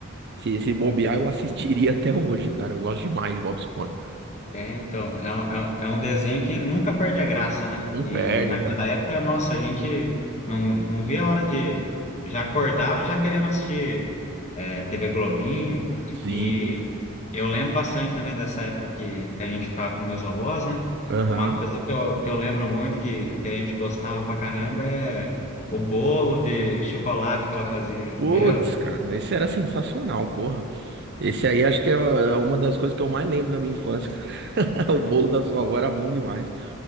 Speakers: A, on the right; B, on the left.
A: se, se bobear, eu assistiria <laughs> até hoje, cara. Eu gosto demais de Bob Esponja.
B: É, então, é, um- é, um é um desenho que nunca perde a graça, né?
A: Não
B: E
A: perde,
B: naquela
A: cara.
B: época, nossa, a gente não, não via a hora de. Já acordava já querendo assistir é, TV Globinho.
A: Sim.
B: E eu lembro bastante também dessa época que, que a gente ficava com meus avós, né?
A: Aham.
B: Uma coisa que eu, que eu lembro muito que, que a gente gostava pra caramba é o bolo de chocolate que ela fazia.
A: Putz,
B: Meu Deus,
A: cara, esse era sensacional, porra. Esse aí acho que é é uma das coisas que eu mais lembro da minha infância. cara. <laughs> O bolo da sua avó era bom demais.